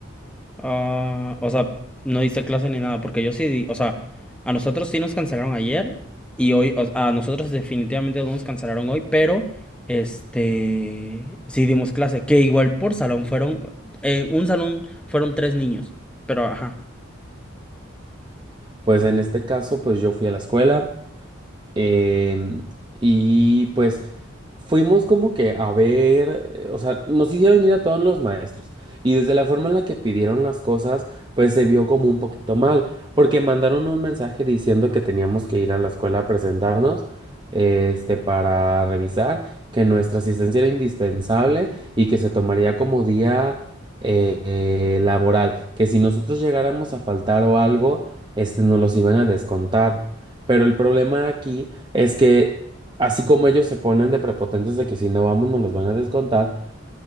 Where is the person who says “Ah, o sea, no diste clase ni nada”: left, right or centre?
Centre